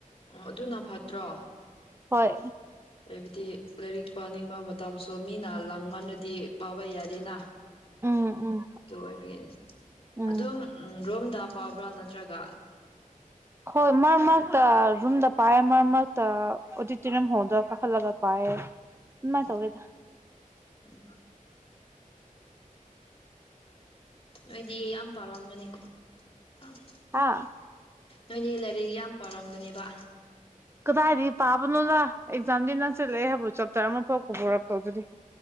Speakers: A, on the left (about 40°); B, on the right (about 20°).
A: ꯎꯝ ꯑꯗꯨꯅ ꯐꯠꯇ꯭ꯔꯣ
B: ꯍꯣꯏ
A: ꯍꯥꯏꯕꯗꯤ ꯂꯥꯏꯔꯤꯛ ꯄꯥꯅꯤꯡꯕ ꯃꯇꯝꯁꯨ ꯃꯤꯅ ꯂꯥꯡꯃꯟꯔ ꯗꯤ ꯄꯥꯕ ꯌꯥꯗꯦꯅ
B: ꯎꯝ ꯎꯝ
A: ꯗꯨ ꯑꯣꯏꯕꯒꯤ
B: ꯎꯝ
A: ꯑꯗꯨꯝ ꯔꯨꯝꯗ ꯄꯥꯕ꯭ꯔ ꯅꯠꯇ꯭ꯔꯒ
B: ꯍꯣꯏ ꯃꯔꯛ ꯃꯔꯛꯇ ꯔꯨꯝꯗ ꯄꯥꯏꯌꯦ ꯃꯔꯛ ꯃꯔꯛꯇ ꯑꯣꯗꯤꯇꯣꯔꯤꯌꯝ ꯍꯣꯜꯗ ꯀꯥꯈꯠꯂꯒ ꯄꯥꯏꯌꯦ ꯑꯗꯨꯃꯥꯏꯅ
A: ꯎꯝ
B: ꯇꯧꯋꯦꯗ
A: ꯎꯝ ꯅꯣꯏꯗꯤ ꯌꯥꯝ ꯄꯥꯔꯝꯒꯅꯤ <unintelligible>
B: ꯍꯥꯥ
A: ꯅꯣꯏꯗꯤ ꯂꯥꯏꯔꯤꯛ ꯌꯥꯝ ꯄꯥꯔꯝꯒꯅꯤꯕ
B: ꯀꯗꯥꯏꯗꯒꯤ ꯄꯥꯕꯅꯣꯗ ꯑꯦꯛꯖꯥꯝꯗꯤ ꯅꯪꯁꯤꯜꯂꯛꯑꯦ ꯍꯥꯏꯕꯕꯨ ꯆꯥꯞꯇꯔ ꯑꯃꯐꯥꯎ ꯀꯣꯕꯥꯔ ꯑꯥꯞ ꯍꯧꯗꯔꯤ